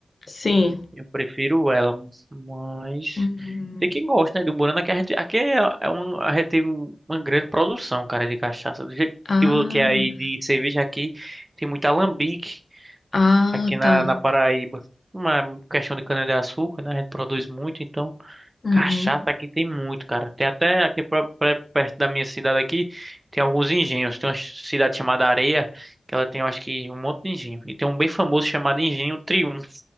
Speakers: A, on the left; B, on the right.
A: Sim.
B: Eu prefiro ela, mas
A: Uhum.
B: tem quem gosta, né, do Burana, que a gente, aqui é, é um, a gente tem um- uma grande produção, cara, de cachaça. Do jeito
A: Ah,
B: que, vo- que é aí de cerveja aqui, tem muito alambique
A: ah,
B: aqui na,
A: tá.
B: na Paraíba. Uma questão de cana-de-açúcar, né? A gente produz muito, então.
A: Uhum.
B: Cachaça aqui tem muito, cara. Tem até aqui pro- pré- perto da minha cidade aqui, tem alguns engenhos. Tem uma cidade chamada Areia, que ela tem, eu acho que, um monte de engenho. E tem um bem famoso chamado Engenho Triunfo,